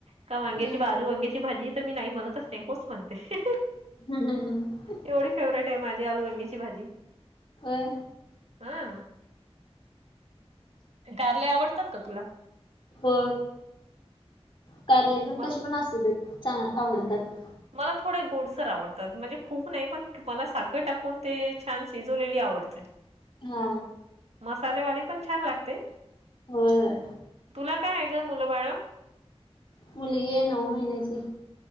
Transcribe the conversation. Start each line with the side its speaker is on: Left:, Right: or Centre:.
Right: का वांग्याची
Left: हम्म
Right: बालू वांग्याची भाजी तर मी नाही म्हणतच नाही होच म्हणते.
Left: हम् हम हम
Right: एवढी फेवरेट आहे माझी आलु वांग्याची भाजी
Left: होय
Right: हा कारले आवडतात का तुला?
Left: हो कारली पण
Right: मला
Left: कशी पण असू देत चांग आवडतात.
Right: मला थोडे गोडसर आवडतात म्हणजे खूप नाही पण मला साखर टाकून ते छान शिजवलेली आवडते ते
Left: हा
Right: मसालेवाले पण छान लागते
Left: होय होय
Right: तुला काय आहे ग मुलं बाळ
Left: मुलगी आहे नऊ महिन्याची